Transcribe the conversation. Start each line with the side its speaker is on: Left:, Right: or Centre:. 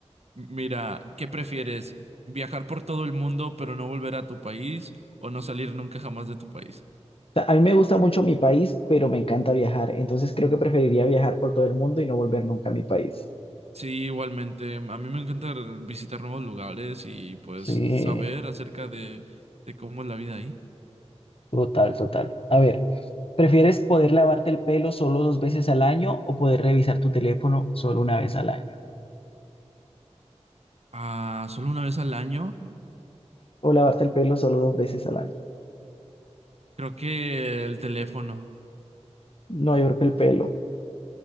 Right: Mira, ¿qué prefieres? ¿Viajar por todo el mundo pero no volver a tu país o no salir nunca jamás de tu país?
Left: O sea, a mí me gusta mucho mi país, pero me encanta viajar. Entonces creo que preferiría viajar por todo el mundo y no volver nunca a mi país.
Right: Sí, igualmente. A mí me encanta visitar nuevos lugares y pues
Left: Sí,
Right: saber acerca de, de cómo es la vida ahí.
Left: total, total. A ver, ¿prefieres poder lavarte el pelo solo dos veces al año o poder revisar tu teléfono solo una vez al año?
Right: Ah, solo una vez al año.
Left: O lavarte el pelo solo dos veces al año.
Right: Creo que el teléfono.
Left: No, yo creo que el pelo.